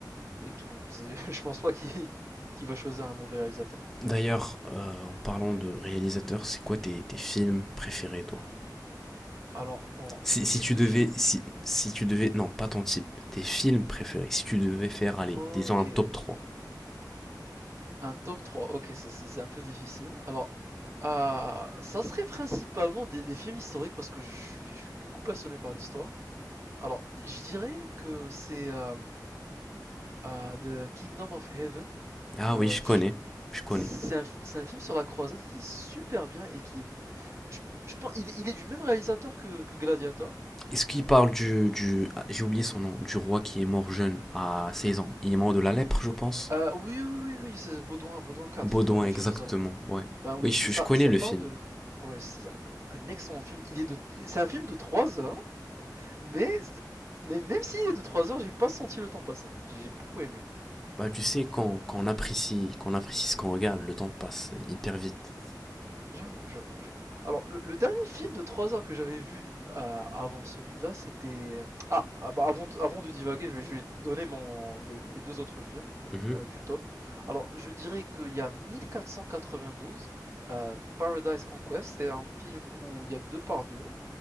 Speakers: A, on the right; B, in the centre.
A: et tout. C'est- <laughs> Je pense pas qu'il qu'il va choisir un mauvais réalisateur.
B: D'ailleurs, euh, en parlant de réalisateur, c'est quoi tes, tes films préférés, toi?
A: Alors, mon,
B: Si,
A: mon
B: si
A: type
B: tu
A: de
B: devais,
A: film.
B: si, si tu devais, non, pas ton type, tes films préférés, si tu devais faire, allez,
A: Ok.
B: disons un top trois
A: Un top 3. Ok, c'est c'est- c'est un peu difficile. Alors, euh, ça serait principalement des, des films historiques parce que je suis, je suis beaucoup passionné par l'histoire. Alors, je dirais que c'est euh, euh, The Kingdom of Heaven.
B: Ah
A: Euh,
B: oui, je
A: je-
B: connais, je connais.
A: c'est- c'est c'est un, c'est un film sur la croisade qui est super bien et qui, je, je pense, il, est- il est du même réalisateur que, que Gladiator.
B: Est-ce qu'il parle du, du ah, j'ai oublié son nom, du roi qui est mort jeune à 16 ans. Il est mort de la lèpre, je pense.
A: Euh, oui, oui, oui, oui, c'est Baudouin, Baudouin 4
B: Baudouin,
A: de, de
B: exactement,
A: Jérusalem.
B: ouais.
A: Ben oui,
B: Oui, je,
A: c'est ça,
B: je connais
A: ça
B: le
A: parle
B: film.
A: de. Ouais, c'est un, un excellent film. Il est de, c'est un film de 3 heures, mais, mais même s'il est de 3 heures, j'ai pas senti le temps passer. J'ai beaucoup aimé.
B: Bah, tu sais, quand, quand on apprécie, quand on apprécie ce qu'on regarde, le temps passe hyper vite.
A: J'avoue, j'avoue, j'avoue. Alors, le, le dernier film de 3 heures que j'avais vu euh, avant celui-là, c'était. euh, Ah, ah, bah, avant, de- avant de divaguer, je vais, je vais donner mon, les, les deux autres films
B: Mhm.
A: euh, du top. Alors, je dirais qu'il y a 1492, euh, Paradise Conquest, c'est un film où il y a deux pardieux,